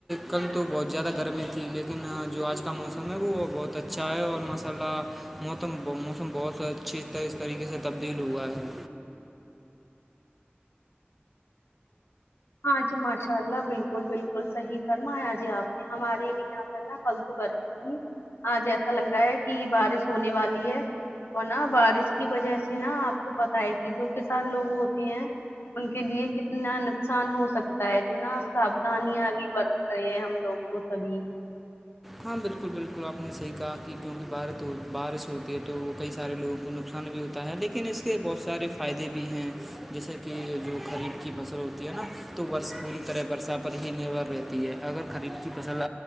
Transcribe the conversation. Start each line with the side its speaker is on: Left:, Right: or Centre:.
Centre: کل تو بہت زیادہ گرمی تھی لیک لیکن جو آج کا موسم ہے وہ بہت اچھا ہے اور ماشاء اللہ موسم موسم بہت اچھی طح اس طریقے سے تبدیل ہوا ہے
Left: ہاں جی ماشاء اللہ بالکل بالکل صحیح فرمایا جی آپ ہمارے بھی یہاں پر نا کل تو گر آاںج جیسا لگ رہا ہے کہ بارش ہونے والی ہے اور نا بارش کی وجہ سے نا آپ کو پتا ہے کہ جو کسان لوگ ہوتے ہیں ان کے لیے کتنا ن نقصان ہو سکتا ہے تو نہا ساودھانیاں بھی برت رہ ہیں ہم لوگ کو سبھی
Centre: ہاں بالکل بالکل آپ نے صحیح کہا کہ کیونکہ ب بارش ہوتی ہے تو وہ کئی سارے لوگوں کو نقصان نقصان بھی ہوتا ہے لیکن اس کے بہت سارے فائدے بھی ہیں جیسے کہ جو قریف کی فصل ہے نا تو بورس پوری طرح برسا پر ہی نربھر رہتی ہے اگر خریف کی فصل